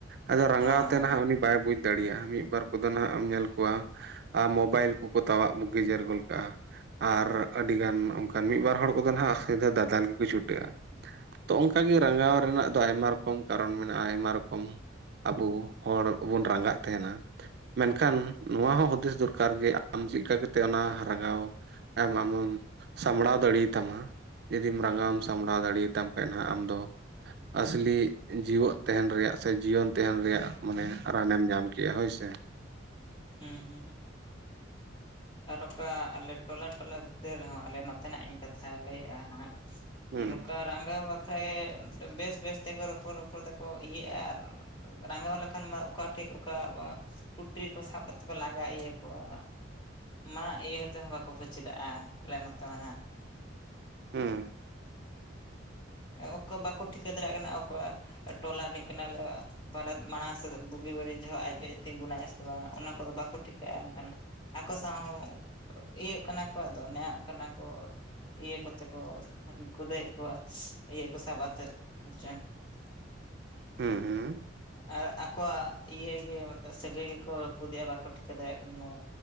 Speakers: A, on the right; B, on the left.
A: ᱟᱫᱚ ᱨᱟᱸᱜᱟᱣ
B: ᱦᱮᱸ
A: ᱛᱮ
B: ᱦᱮᱸ
A: ᱱᱟᱦᱟᱸᱜ ᱩᱱᱤ ᱵᱟᱭ ᱵᱩᱡᱽ ᱫᱟᱲᱮᱭᱟᱜᱼᱟ ᱢᱤᱫ ᱵᱟᱨ ᱠᱚᱫᱚ ᱱᱟᱦᱟᱸᱜ ᱮᱢ ᱧᱮᱞ ᱠᱚᱣᱟ ᱟᱨ ᱢᱳᱵᱟᱹᱭᱤᱞ ᱠᱚᱠᱚ ᱛᱟᱣᱟᱜ ᱜᱮᱡᱮᱨ ᱜᱚᱞ ᱠᱟᱜᱼᱟ ᱟᱨ ᱟᱹᱰᱤ ᱟᱹᱰᱤ ᱜᱟᱱ ᱚᱱᱠᱟᱱ ᱢᱤᱫ ᱵᱟᱨ ᱦᱚᱲ ᱠᱚᱫᱚ ᱱᱟᱦᱟᱸᱜ ᱫᱟᱫᱟᱞ ᱜᱮᱠᱚ ᱪᱷᱩᱴᱟᱹᱜᱼᱟ ᱛᱚ ᱚᱱᱠᱟ ᱜᱮ ᱨᱟᱸᱜᱟᱣ ᱨᱮᱱᱟᱜ ᱫᱚ ᱟᱭᱢᱟ ᱨᱚᱠᱚᱢ ᱠᱟᱨᱚᱱ ᱢᱮᱱᱟᱜᱼᱟ ᱟᱭᱢᱟ ᱨᱚᱠᱚᱢ ᱟᱵᱚ ᱦᱚᱲ ᱵᱚᱱ ᱨᱟᱸᱜᱟᱜ ᱛᱟᱦᱮᱱᱟ ᱢᱮᱱᱠᱷᱟᱱ ᱱᱚᱣᱟ ᱦᱚᱸ ᱦᱩᱫᱤᱥ ᱫᱚᱨᱠᱟᱨ ᱡᱮ ᱟᱢ ᱪᱮᱫ ᱞᱮᱠᱟ ᱠᱟᱛᱮᱫ ᱚᱱᱟ ᱨᱟᱸᱜᱟᱣ ᱟᱢ ᱟᱢᱮᱢ ᱥᱟᱢᱲᱟᱣ ᱫᱟᱲᱮᱭᱟᱛᱟᱢᱟ ᱡᱚᱫᱤᱢ ᱨᱟᱸᱜᱟᱣ ᱮᱢ ᱥᱟᱢᱵᱽᱲᱟᱣ ᱫᱟᱲᱮᱭᱟᱛᱟᱢ ᱠᱷᱚᱡ ᱱᱟᱦᱟᱸᱜ ᱟᱢ ᱫᱚ ᱟᱹᱥᱞᱤ ᱡᱤᱣᱮᱫ ᱛᱟᱦᱮᱱ ᱨᱮᱭᱟᱜ ᱥᱮ ᱡᱤᱭᱚᱱ ᱛᱟᱦᱮᱱ ᱨᱮᱭᱟᱜ ᱢᱟᱱᱮ ᱨᱟᱱᱮᱢ ᱧᱟᱢ ᱠᱮᱜᱼᱟ ᱦᱳᱭ ᱥᱮ
B: ᱦᱮᱸ ᱦᱮᱸ ᱟᱨ ᱚᱠᱟ ᱟᱞᱮ ᱴᱚᱞᱟ ᱴᱚᱞᱟ ᱵᱷᱤᱛᱤᱨ ᱨᱮᱦᱚᱸ ᱟᱞᱮ ᱱᱚᱛᱮᱱᱟᱜ ᱤᱧ ᱠᱟᱛᱷᱟ ᱞᱟᱹᱭᱮᱜᱼᱟ ᱦᱟᱸᱜ ᱠᱤ
A: ᱦᱩᱸ
B: ᱱᱚᱝᱠᱟ ᱨᱟᱸᱜᱟᱣ ᱵᱟᱠᱷᱨᱟ ᱜᱮ ᱵᱮᱥ ᱵᱮᱥ ᱛᱮᱠᱚ ᱨᱚᱯᱚᱲ ᱨᱚᱯᱚᱲ ᱛᱮᱠᱚ ᱤᱭᱟᱹᱜᱼᱟ ᱟᱨ ᱨᱟᱸᱜᱟᱣ ᱞᱮᱠᱷᱟᱱ ᱢᱟ ᱚᱠᱟ ᱴᱷᱤᱡ ᱚᱠᱟ ᱵᱟᱝ-ᱟ ᱠᱷᱚᱴᱨᱤ ᱠᱚ ᱥᱟᱵᱽ ᱠᱟᱛᱮᱫ ᱠᱚ ᱞᱟᱜᱟ ᱤᱭᱟᱹ ᱠᱚᱣᱟ ᱢᱟᱜ ᱤᱭᱟᱹ ᱠᱟᱛᱮ ᱦᱚᱸ ᱵᱟᱠᱚ ᱯᱟᱹᱪᱷᱞᱟᱹᱜᱼᱟ ᱟᱞᱮ ᱱᱚᱛᱮ ᱢᱟ ᱱᱟᱦᱟᱸᱜ
A: ᱦᱩᱸ
B: ᱚᱠᱟ ᱵᱟᱠᱚ ᱴᱷᱤᱠᱟᱹ ᱫᱟᱲᱮᱭᱟᱜ ᱠᱟᱱᱟ ᱟᱠᱚᱭᱟ ᱴᱚᱞᱟ ᱨᱤᱱᱤᱡ ᱠᱟᱱᱟᱭ <unintelligible> ᱯᱟᱞᱮᱫ ᱢᱟᱲᱟᱝ ᱥᱮᱫ ᱵᱩᱜᱤ ᱵᱟᱹᱲᱤᱡ ᱡᱚᱦᱚᱜ ᱟᱡ ᱜᱮᱡ ᱛᱤᱸᱜᱩᱱᱟᱭ ᱥᱮ ᱵᱟᱝ ᱚᱱᱟ ᱠᱚᱫᱚ ᱵᱟᱠᱚ ᱴᱷᱤᱠᱟᱹᱭᱮᱫ-ᱟ ᱮᱱᱠᱷᱟᱱ ᱟᱠᱚ ᱥᱟᱶ ᱦᱚᱸ ᱤᱭᱟᱹᱜ ᱠᱟᱱᱟ ᱠᱚ ᱟᱫᱚ ᱱᱮᱭᱟᱜ ᱠᱟᱱᱟ ᱠᱚ ᱤᱭᱟᱹ ᱠᱚᱛᱮ ᱠᱚ ᱠᱷᱫᱟᱹᱣᱮᱫ ᱠᱚᱣᱟ ᱤᱭᱟᱹ ᱠᱚ ᱥᱟᱵ ᱟᱛᱮᱫ ᱦᱮᱸᱪᱮ <unintelligible>
A: ᱦᱩᱸ ᱦᱩᱸ
B: ᱟᱠᱚᱣᱟᱜ ᱤᱭᱟᱹ ᱜᱮ ᱢᱮᱱᱛᱮ ᱥᱟᱹᱜᱟᱹᱭ ᱜᱮᱠᱚ ᱨᱟᱹᱯᱩᱫᱮᱜᱼᱟ ᱵᱟᱠᱚ ᱴᱷᱤᱠᱟᱹ ᱫᱟᱲᱮᱭᱟᱜ ᱠᱟᱱᱟ ᱱᱚᱣᱟ